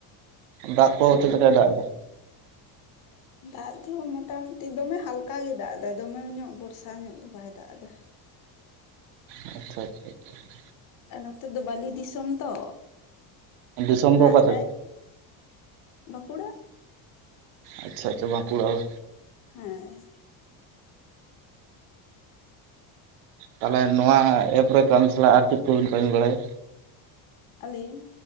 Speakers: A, on the right (about 80°); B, on the left (about 45°).
A: ᱫᱟᱜ ᱠᱚ
B: ᱚ
A: ᱪᱮᱫ ᱞᱮᱠᱟᱭ ᱫᱟᱜ ᱮᱫᱟ
B: ᱫᱟᱜ ᱫᱚ ᱢᱚᱴᱟᱢᱩᱴᱤ ᱫᱚᱢᱮ ᱦᱟᱞᱠᱟᱭ ᱫᱟᱜ ᱮᱫᱟ ᱫᱚᱢᱮ ᱧᱚᱜ ᱵᱚᱨᱥᱟ ᱧᱚᱜ ᱫᱚ ᱵᱟᱭ ᱫᱟᱜ ᱮᱫᱟ
A: ᱟᱪᱪᱷᱟ ᱟᱪᱪᱷᱟ ᱟᱪᱪᱷᱟ ᱟᱪᱪᱷᱟ
B: ᱱᱚᱛᱮ ᱫᱚ ᱵᱟᱟᱹᱞᱤ ᱫᱤᱥᱚᱢ ᱛᱚ
A: ᱫᱤᱥᱚᱢ
B: ᱫᱟᱜ
A: ᱫᱚ ᱚᱠᱟ ᱥᱮᱫ
B: ᱫᱟᱭ ᱵᱟᱸᱠᱩᱲᱟ
A: ᱟᱪᱪᱷᱟ ᱟᱪᱪᱷᱟ ᱟᱸᱵᱟᱠᱩᱲᱟ ᱵᱟ
B: ᱦᱮᱸ
A: ᱛᱟᱦᱚᱞᱮ ᱱᱚᱣᱟ ᱮᱯ ᱨᱮ ᱠᱟᱹᱢᱤ ᱥᱟᱞᱟᱜ ᱟᱨ ᱪᱮᱫ ᱠᱚᱵᱤᱱ ᱠᱟᱹᱢᱤ ᱵᱟᱲᱟᱭᱟ
B: ᱟᱹᱞᱤᱧ